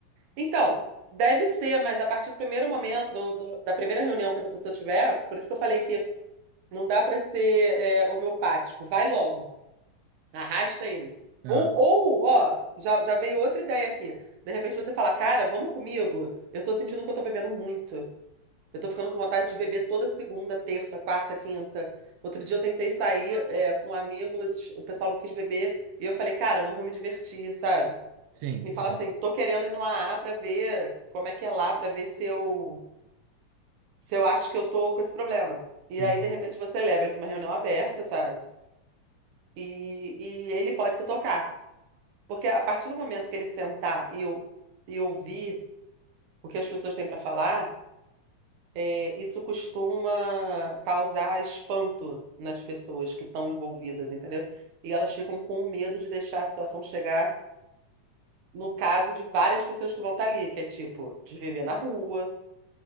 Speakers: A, on the right (about 70°); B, on the right (about 85°).
A: Então, deve ser, mas a partir do primeiro momento, do- do- da primeira reunião que essa pessoa tiver, por isso que eu falei que não dá para ser é, homeopático. Vai logo, arrasta ele.
B: Ah,
A: Ou, ou, ó, já, já veio outra ideia aqui. De repente você fala, cara, vamos comigo. Eu tô sentindo que eu tô bebendo muito. Eu tô ficando com vontade de beber toda segunda, terça, quarta, quinta. Outro dia eu tentei sair, é, com amigos, o pessoal não quis beber, e eu falei, cara, eu não vou me divertir, sabe?
B: sim,
A: Me fala
B: sim.
A: assim, tô querendo ir no AA pra ver como é que é lá, pra ver se eu, se eu acho que eu tô com esse problema. E
B: Uhum.
A: aí, de repente, você leva ele pra uma reunião aberta, sabe? E, e ele pode se tocar. Porque a partir do momento que ele sentar e, eu e ouvir o que as pessoas têm pra falar é, isso costuma causar espanto nas pessoas que estão envolvidas, entendeu? E elas ficam com medo de deixar a situação chegar no caso de várias pessoas que vão estar ali, que é tipo, de viver na rua,